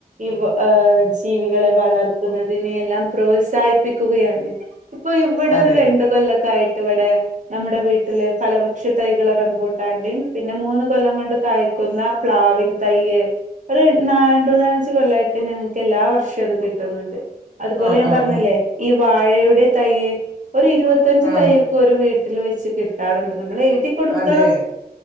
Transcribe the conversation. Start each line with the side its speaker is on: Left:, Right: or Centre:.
Right: ഇവ് ആജീവികളെ വളർത്തുന്നതിനെ എല്ലാം പ്രോത്സാഹിപ്പിക്കുകയാണ് പ്പൊ ഇവ്ടെ
Left: അതെ
Right: ഒരു രണ്ട്കൊല്ലക്കായിട്ട്
Left: അതെ
Right: ഇവടെ നമ്മടെവീട്ടി ഫലവൃക്ഷ തൈകള് റമ്പൂട്ടാന്റിം പിന്നെ മൂന്ന് കൊല്ലം കൊണ്ട് കായ്ക്കുന്ന പ്ലാവിൻ തൈയും ഒരു രണ്ട് മൂന്നാലഞ്ച് കൊല്ലായിട്ട് ഞങ്ങൾക്ക് എല്ലാ വർഷവും അത് കിട്ടുന്നുണ്ട് അതുപോലെ
Left: ആ
Right: ഞാൻ
Left: ആ
Right: പറഞ്ഞില്ലേ
Left: ആ
Right: ഈ വാഴയുടെ തൈയ്യ് ഒരു ഇരുപത്തഞ്ച്
Left: ആ
Right: തൈയ്യ് ഒരു വീട്ടിൽ വെച്ച് കിട്ടാറുണ്ട് നമ്മൾ എഴുതി കൊടുക്കണം
Left: അതെ